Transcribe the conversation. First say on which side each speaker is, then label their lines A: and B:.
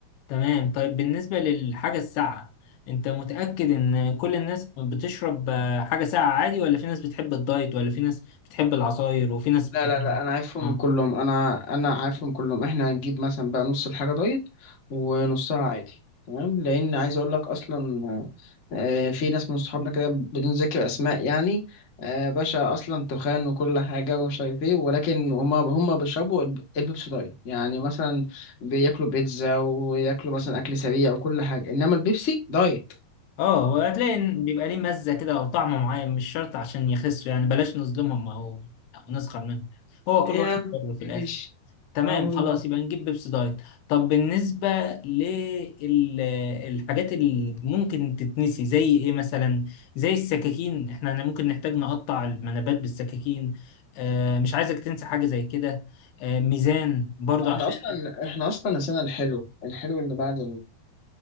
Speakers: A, on the left; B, on the left.
A: تمام طيب بالنسبه للحاجه الساقعه انت متاكد ان كل الناس بتشرب آه، حاجه ساقعه عادي ولا في ناس بتحب الدايت ولا في ناس بتحب العصاير وفي ناس بت...
B: لا لا لا انا عارفهم
A: اه
B: كلهم انا انا عارفهم كلهم احنا هنجيب مثلا بقى نص الحاجه دايت ونصها عادي تمام لان عايز اقول لك اصلا آه، في ناس من صحابنا كده بدون ذكر اسماء يعني آه، باشا اصلا تخان وكل حاجه ومش عارف ايه ولكن هما هما بيشربوا الب- البيبسي دايت يعني مثلا بياكلوا بيتزا وياكلوا مثلا اكل سريع وكل حاجه انما البيبسي دايت
A: اه وهتلاقي إن بيبقى ليه مزة كده او طعم معين مش شرط عشان يخسوا يعني بلاش نظلمهم او او نسخر منهم هو كل
B: يا
A: واحد حر في
B: مش
A: الاخر تمام
B: سبحان الله
A: خلاص يبقى نجيب بيبسي دايت طب بالنسبة للحاجات اللي ممكن تتنسي زي ايه مثلا زي السكاكين احنا ممكن نحتاج نقطع المنابات بالسكاكين آه مش عايزك تنسى حاجة زي كده آه ميزان برضو
B: احنا
A: عشان
B: اصلا احنا اصلا نسينا الحلو الحلو اللي بعد